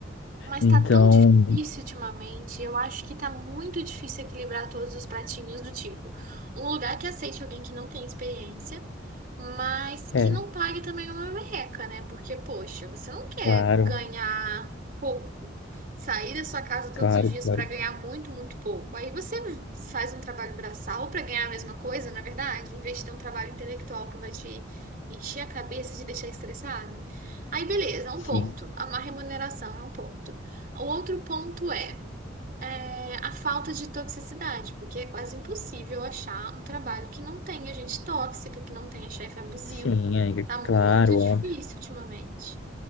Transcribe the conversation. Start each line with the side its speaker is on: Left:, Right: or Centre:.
Right: Mas
Left: Então,
Right: tá tão difícil ultimamente. Eu acho que tá muito difícil equilibrar todos os pratinhos do tipo. Um lugar que aceite alguém que não tem experiência, mas que
Left: é,
Right: não pague também uma merreca, né? Porque, poxa, você não quer
Left: claro,
Right: ganhar pouco. Sair da sua casa todos
Left: claro,
Right: os dias
Left: claro.
Right: pra ganhar muito, muito pouco. Aí você faz um trabalho braçal pra ganhar a mesma coisa, na verdade, em vez de ter um trabalho intelectual que vai te encher a cabeça e te deixar estressado. Aí, beleza, é um
Left: Sim,
Right: ponto. Uma remuneração é um ponto. O outro ponto é, é, a falta de toxicidade, porque é quase impossível achar um trabalho que não tenha gente tóxica, que não tenha chefe abusivo.
Left: sim, é,
Right: Tá muito
Left: claro,
Right: difícil
Left: óbvio.
Right: ultimamente.